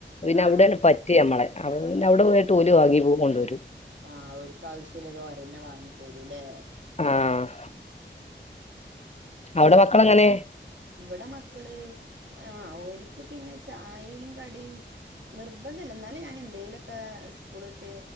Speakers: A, on the left; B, on the right.
A: പിന്ന
B: ആഹ്
A: അവിടേണ് പറ്റ് ഞമ്മളെ അപ്പ പിന്നെ അവിട പോയിട്ട് ഓല് വാങ്ങി പൂ കൊണ്ടോരും
B: ആഹ് ഓര്ക്കാവശ്യല്ലത് ഓരന്നെ വാങ്ങിപ്പോരൂലേ
A: ആഹ് അവടെ മക്കളങ്ങനേ
B: ഇവിടെ മക്കള് ആഹ് ഓര്ക്ക് പിന്നെ ചായേം കടീം നിർബന്ധല്ല എന്നാലും ഞാനെന്തേലൊക്ക സ്കൂള് വിട്ട്